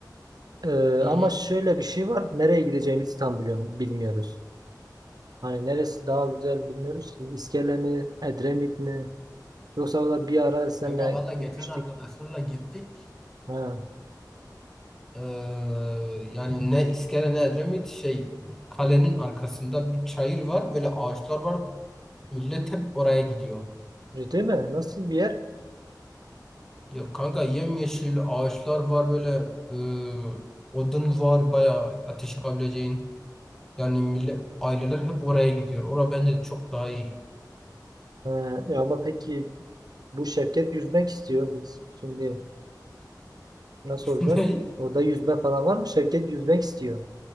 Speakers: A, on the right; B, in the centre.
A: Ee,
B: hı.
A: ama şöyle bir şey var. Nereye gideceğimizi tam biliyorum, bilmiyoruz. Hani neresi daha güzel bilmiyoruz ki. İskele mi, Edremit mi? Yoksa da bir ara seninle
B: Kanka valla geçen
A: gitmiştik.
B: arkadaşlarla gittik.
A: Ha,
B: Ee, yani ne iskele ne Edremit şey kalenin arkasında bir çayır var böyle ağaçlar var millet hep oraya gidiyor.
A: ciddi mi? Nasıl bir yer?
B: Ya kanka yemyeşil ağaçlar var böyle e, odun var bayağı ateş yakabileceğin yani millet aileler hep oraya gidiyor. Ora bence çok daha iyi.
A: Ha, e ama peki bu Şevket yüzmek istiyor biz. Şimdi nasıl
B: <laughs>
A: olacak?
B: Ne?
A: Orada yüzme falan var mı? Şevket yüzmek istiyor.